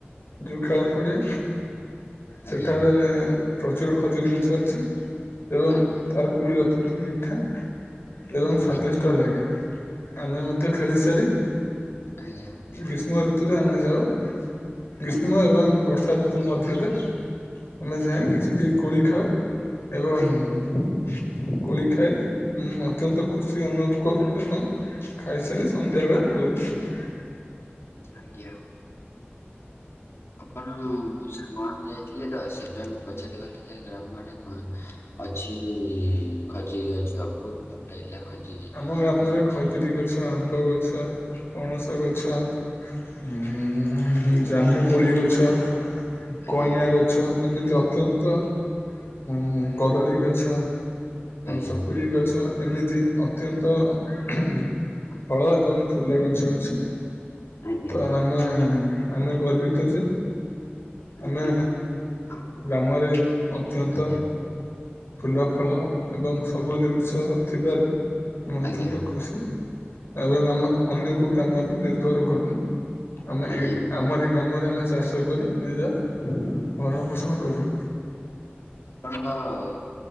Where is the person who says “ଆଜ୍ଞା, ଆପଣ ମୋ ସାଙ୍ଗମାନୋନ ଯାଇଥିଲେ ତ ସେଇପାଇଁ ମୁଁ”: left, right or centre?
Left